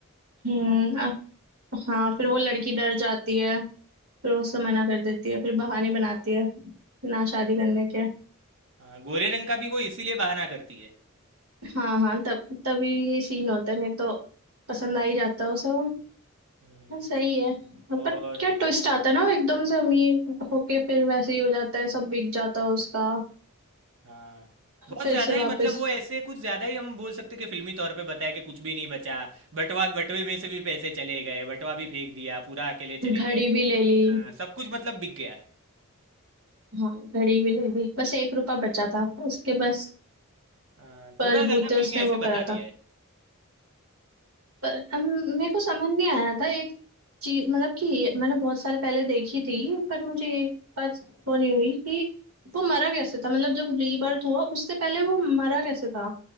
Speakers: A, on the right (about 85°); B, on the right (about 65°).
A: हम्म, अ- हाँ फिर वो लड़की डर जाती है फिर वो उससे मना कर देती है फिर बहाने बनाती है ना शादी करने के
B: हाँ गोरे रंग का भी वो इसीलिए बहाना करती है
A: हाँ हाँ तब तभी ये सीन होता है नहीं तो पसंद आ ही जाता है उसे वो।
B: हम्म,
A: हाँ सही है हाँ,
B: और
A: पर क्या ट्विस्ट आता है ना वो एकदम से अमीर होके फिर वैसे ही हो जाता है सब बिक जाता है उसका
B: हाँ बहुत
A: फिर
B: ज़्यादा
A: से
B: ही
A: वापस
B: मतलब वो ऐसे कुछ ज़्यादा ही हम बोल सकते हैं कि फिल्मी तौर पे बताया कि कुछ भी नहीं बचा बटवा बटवे में से भी पैसे चले गए बटवा भी फेंक दिया पूरा अकेले
A: घड़ी
B: चले गए
A: भी ले ली
B: हाँ, सब कुछ मतलब बिक गया
A: हाँ घड़ी भी ले ली बस एक रुपया बचा था उसके
B: हाँ।
A: बस
B: हाँ,
A: बलबूते
B: थोड़ा ज्यादा फिल्मी
A: उसने
B: ऐसे
A: वो करा
B: बता दिया
A: था
B: है
A: पर अब मेरे को समझ नहीं आया था एक चीज मतलब कि ये- मैंने बहुत साल पहले देखी थी पर मुझे ये बात वो नहीं हुई कि वो मरा कैसे था मतलब जब रीबर्थ हुआ उससे पहले वो मरा कैसे था